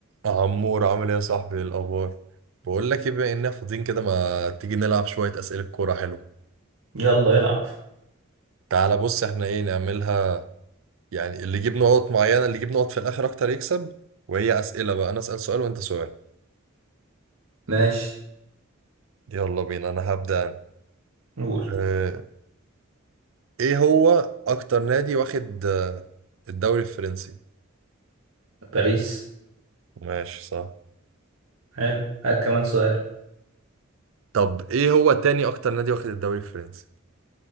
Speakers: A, on the right; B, on the right.
A: عمور عامل ايه يا صاحبي إيه الاخبار بقول لك ايه بما اننا فاضيين كده ما تيجي نلعب شويه اسئله كوره حلو
B: يلا يلعب
A: تعالى بص احنا ايه نعملها يعني اللي يجيب نقط معينه اللي يجيب نقط في الاخر اكتر يكسب وهي اسئله بقى انا اسال سؤال وانت سؤال
B: ماشي
A: يلا بينا انا هبدا أنا.
B: نقول
A: اه ايه هو اكتر نادي واخد آه، الدوري الفرنسي
B: باريس
A: ماشي صح
B: حلو هات كمان سؤال
A: طب ايه هو تاني اكتر نادي واخد الدوري الفرنسي